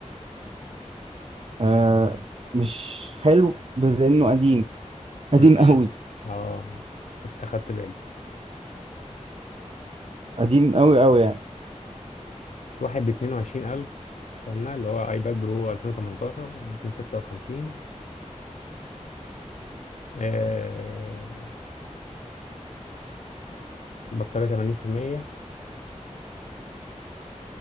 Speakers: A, on the right; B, on the left.
A: آه مش حلو لانه قديم قديم
B: مم.
A: قوي
B: اه خدت- اخدت بالي
A: قديم قوي قوي يعني
B: في واحد ب 22000 استنى اللي هو ايباد برو 2018 256 آه، البطارية 80%